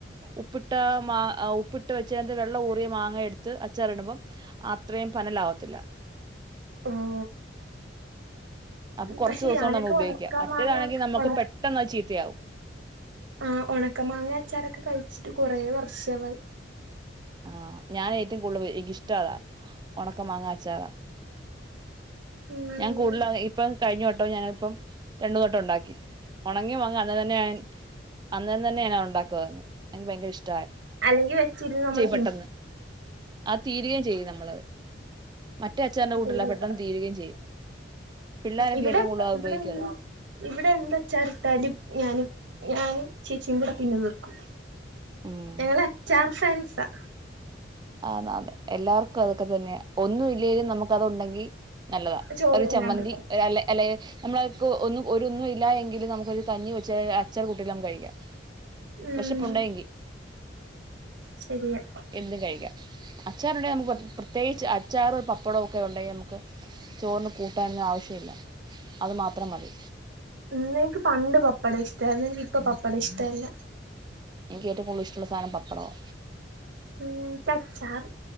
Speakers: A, on the right; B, on the right.
A: ഉപ്പിട്ട മാ ഉപ്പിട്ട് വെച്ചതിന്റെ വെള്ളം ഊറിയ മാങ്ങ എടുത്ത് അച്ചാർ ഇടുമ്പം അത്രയും പന്നലാവത്തില്ല.
B: മ്
A: അപ്പൊ കുറച്ച്
B: പക്ഷെ
A: ദിവസം
B: ഞാനൊക്കെ
A: കൊണ്ട് നമുക്ക് ഉപയോഗിക്കാം
B: ഉണക്ക
A: മറ്റേതാണെങ്കിൽ
B: മാങ്ങ
A: നമുക്ക്
B: ഒണ
A: പെട്ടെന്ന് അത് ചീത്തയാവും
B: ആഹ് ഉണക്ക മാങ്ങ അച്ചാറൊക്കെ കഴി വച്ചിട്ട് കൊറേ വർഷവായി
A: ആഹ്, ഞാൻ ഏറ്റവും കൂടുതൽ <unintelligible> ഇഷ്ടം അതാ ഉണക്ക മാങ്ങ അച്ചാറാ.
B: ഉം
A: ഞാൻ കൂടുതലാ ഇപ്പൊ കഴിഞ്ഞോ ഇപ്പ ഞാനിപ്പം രണ്ടൂ <unintelligible> ട്ടം ഉണ്ടാക്കി. ഉണങ്ങ്യ മാങ്ങ അന്ന് തന്നെ ഞാൻ അന്നേരം തന്നെ ഞാനത് ഉണ്ടാക്കു <unintelligible> എനിക്ക് ഭയങ്കര ഇഷ്
B: അല്ലെങ്കി വെച്ചിരുന്ന് നമ്മള്
A: പെട്ടെന്ന് ആഹ് തീരുകയും ചെയ്യും നമ്മളത്. മറ്റേ അച്ചാറിന്റെ
B: <unintelligible>
A: കൂട്ടല്ല പെട്ടെന്ന് തീരുകയും ചെയ്യും പിള്ളേരൊക്കെ
B: ഇവിടെ
A: ഏറ്റവും കൂടുതൽ അത്
B: ഇവിടെന്ത്
A: ഉപയോഗിക്കും അത്
B: ഇവിടെ എന്ത് അച്ചാറിട്ടാലും ഞാനും ഞാനും ചേച്ചിം കൂടെ തിന്നു തീർക്കും.
A: ഉം
B: ഞങ്ങള് അച്ചാർ ഫ്രൻസാ.
A: <unintelligible> എല്ലാവർക്കും അതൊക്കെ തന്നെയാ ഒന്നും ഇല്ലേലും നമുക്ക് അത് ഉണ്ടെങ്കീ നല്ലതാ
B: ചോറ്
A: ഒരു
B: തിന്നാൻ
A: ചമ്മന്തി
B: പറ്റും
A: അല്ലെ അല്ലെ നമ്മളക്ക് ഒന്നും ഒരു ഒന്നും ഇല്ല എങ്കിലും നമുക്കൊരു കഞ്ഞി വെച്ച് അച്ചാർ കൂട്ടിയെല്ലാം കഴിക്കാം.
B: ഉം
A: വിശപ്പുണ്ടെങ്കിൽ
B: ശരിയാ.
A: എന്തും കഴിക്കാം അച്ചാറുണ്ടെ നമുക്ക് പ്രത്യേകിച്ച് അച്ചാറും പപ്പടവൊക്കെ ഉണ്ടെങ്കി നമുക്ക് ചോറിന് കൂ കൂട്ടാന് ആവശ്യല്ല. അതു മാത്രം മതി.
B: ഉം എനിക്ക് പണ്ട് പപ്പടം ഇഷ്ടയിരുന്നു എനിക്ക് ഇപ്പ പപ്പടം ഇഷ്ടല്ല.
A: എനിക്ക് ഏറ്റവും കൂടുതൽ ഇഷ്ടള്ള സാധനം പാപ്പടവാ.
B: ഉം അച്ചാർ